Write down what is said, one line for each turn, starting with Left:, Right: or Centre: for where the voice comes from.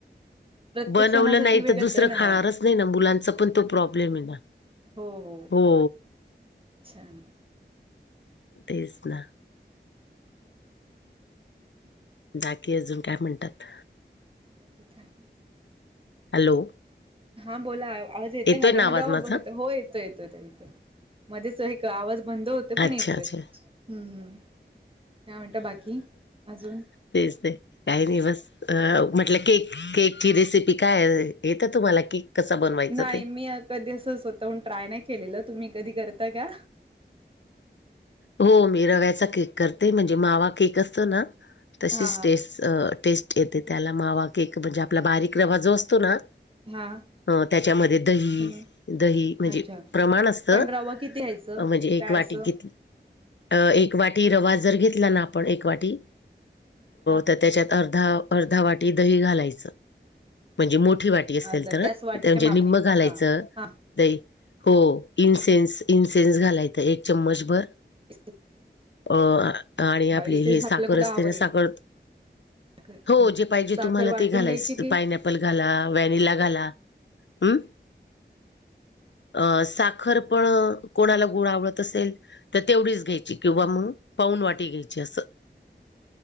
Right: प्रत्येक
Left: बनवलं
Right: सणासाठी
Left: नाही
Right: वेगळंच
Left: तर दुसरं
Right: आहे ना
Left: खाणारच
Right: हो.
Left: नाही ना मुलांचा पण तो प्रॉब्लेम आहे ना.
Right: हो हो.
Left: हो.
Right: छान.
Left: तेच ना. बाकी अजून काय म्हणतात.
Right: <unintelligible>
Left: हॅलो.
Right: हा बोला आवाज येतेय‌
Left: येतोय
Right: मध्ये
Left: ना
Right: मध्ये
Left: आवाज
Right: अहो
Left: माझा
Right: येतो हो येतोय. मध्येच एक आवाज बंद होत. ते
Left: अच्छा,
Right: पण येतोय,
Left: अच्छा.
Right: हम्म.. काय म्हणता बाकी अजून.
Left: तेच ते काही नाही बस. अ म्हटलं केक केकची रेसिपी काय, येतं तुम्हाला केक? कसा बनवायचा
Right: नाही
Left: ते?
Right: मी कधी असं स्वतःहून ट्राय नाही केलेलं, तुम्ही कधी करता का?
Left: हो मी रव्याचा केक करते. म्हणजे मावा केक असतो ना तशीच
Right: हा हा
Left: टेस्ट. टेस्ट येते त्याला मावा केक म्हणजे आपला बारीक रवा जो असतो ना.
Right: हा.
Left: अ तेच्यामध्ये दही
Right: हम्म
Left: दही म्हणजे
Right: अच्छा
Left: प्रमाण असतं.
Right: पण रवा किती घ्यायचं.
Left: म्हणजे एक
Right: काय
Left: वाटी
Right: असं
Left: घेतली. अ एक वाटी रवा जर घेतला ना आपण एक वाटी
Right: हा
Left: तर तेच्यात अर्ध दहा अर्धा वाटी दही घालायचं. म्हणजे मोठी वाटी असेल
Right: अर्धा
Left: तर,
Right: त्याच वाटीच्या
Left: ते म्हणजे
Right: मापने
Left: निम्मं घालायचं.
Right: हा हा
Left: दही हो इन्सेन्स इन्सेन्स घालायचं एक चम्मच भर.
Right: इसं.
Left: अ आणि आपली
Right: इसेन्स
Left: हे साखर
Right: आपल्या कुला
Left: असते
Right: हवं
Left: ना
Right: ते
Left: साखर.
Right: साखर
Left: हो जे पाहिजे
Right: साखर
Left: तुम्हाला
Right: वाटून
Left: ते घालायच.
Right: घ्यायची की
Left: पाय ऍपल घाला, व्हॅनिला घाला हम्म. अ साखर पण कोणाला गुळ आवडत असेल तर तेवढीच घ्यायची किंवा मग. पाऊन वाटी घ्यायची असं.